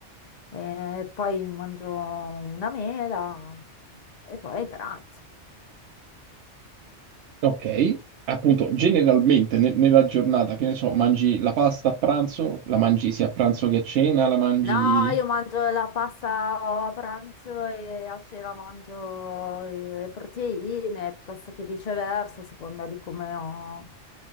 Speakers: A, on the left; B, on the right.
A: e poi mangio una mela eh, e poi pranzo.
B: Ok, appunto, generalmente ne- nella giornata, che ne so, mangi la pasta a pranzo, la mangi sia a pranzo che a cena, la mangi...
A: No, io mangio la pasta a pranzo e a cena mangio le proteine, piuttosto che viceversa, a seconda di come ho,